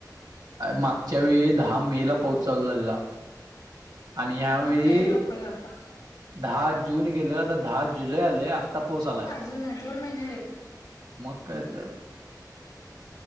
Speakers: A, on the right (about 70°); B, on the left (about 75°).
A: मागच्या वेळी दहा मे ला पाऊस चालू झालेला. आणि ह्यावेळी
B: मागच्या वेळी लवकर झालता
A: दहा जून गेलं आता दहा ज जुलै आलंय आता पाऊस आलाय
B: अजून नाही दोन महिने लेट
A: मग काय तर.